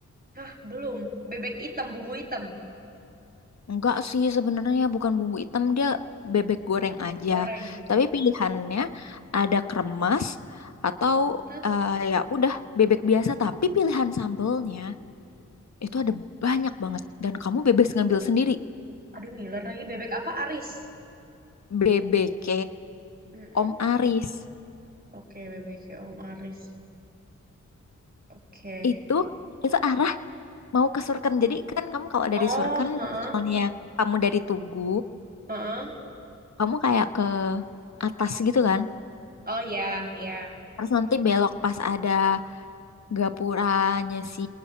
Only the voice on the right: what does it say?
Hah, belum. Bebek hitam, bumbu hitam,
goreng.
Ih, Mantap.
Aduh, ngiler lagi. Bebek apa? Aris.
Mm-mm.
Oke, bebeknya Om Aris. Oke.
Oh,
heeh,
heeh.
Oh ya, ya.